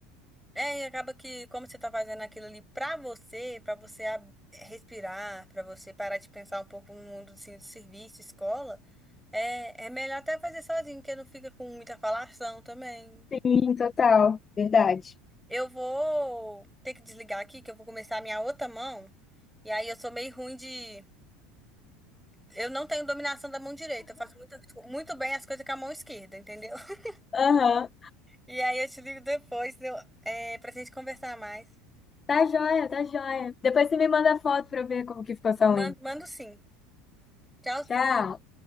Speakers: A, in the centre; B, on the left.
A: É, e acaba que como você tá fazendo aquilo ali pra você, pra você ab- respirar, pra você parar de pensar um pouco no mundo assim, do serviço, escola, É, é melhor até fazer sozinho, porque não fica com muita falação também.
B: Sim, total, verdade.
A: Eu vou ter que desligar aqui, que eu vou começar a minha outra mão. E aí eu sou meio ruim de. Eu não tenho dominação da mão direita. Eu faço muito, muito bem as coisas com a mão esquerda, entendeu? <laughs>
B: Aham.
A: E aí eu te ligo depois, entendeu? É, pra gente conversar mais.
B: Tá joia, tá joia. Depois você me manda foto pra eu ver como que ficou sua
A: Mando,
B: unha.
A: mando sim. Tchauzinho.
B: Tchau.